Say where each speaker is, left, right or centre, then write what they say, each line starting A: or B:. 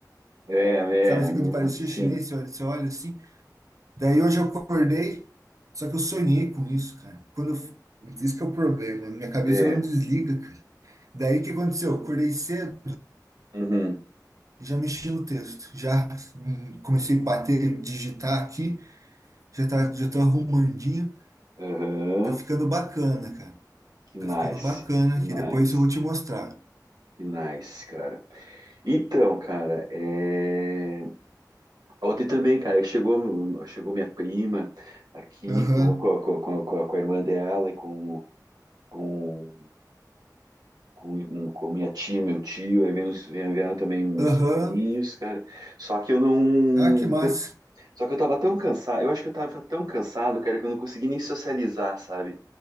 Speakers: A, on the right (about 70°); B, on the right (about 50°).
A: é,
B: Sabe assim,
A: é, normal.
B: quando parecia
A: Sim,
B: chinês, você olha, você olha assim. Daí hoje eu acordei, só que eu sonhei com isso, cara. Quando eu, f- isso que é o problema, minha cabeça
A: é.
B: não desliga, cara. Daí o que aconteceu? Eu Acordei cedo
A: Uhum.
B: e já mexi no texto. Já hum, comecei a bater, digitar aqui, já tá, já tô arrumandinho.
A: Aham.
B: Tá ficando bacana, cara.
A: Que nice,
B: Tá ficando bacana
A: que
B: aqui.
A: nice,
B: Depois eu vou te mostrar.
A: que nice, cara. Então, cara, é... ontem também, cara, que chegou, chegou minha prima aqui
B: Aham,
A: com, com, com, com, com a com a irmã dela e com, com, com, um- com minha tia, meu tio, aí vieram, vieram vieram também os meus
B: aham.
A: sobrinhos, cara. Só que eu não.
B: Ah, que massa.
A: Só que eu tava tão cansado, eu acho que eu tava tão cansado, cara, que eu não consegui nem socializar, sabe?